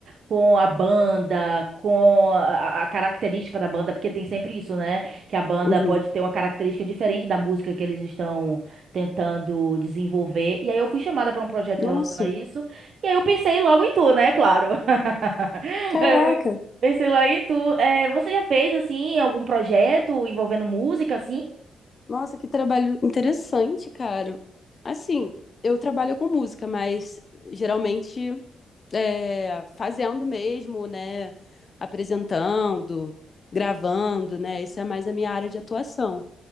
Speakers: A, on the right (about 60°); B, on the left (about 40°).
A: com a banda, com a, a característica da banda, porque tem sempre isso, né? Que a banda
B: uhum.
A: pode ter uma característica diferente da música que eles estão tentando desenvolver. E aí eu fui chamada para um projeto
B: Nossa,
A: em relação a isso, e aí eu pensei logo em tu, né? Claro. <laughs>
B: caraca.
A: Eh, Pensei logo em tu. Eh, você já fez, assim, algum projeto envolvendo música, assim?
B: Nossa, que trabalho interessante, cara. Assim, eu trabalho com música, mas geralmente é, fazendo mesmo, né? Apresentando, gravando, né? Isso é mais a minha área de atuação,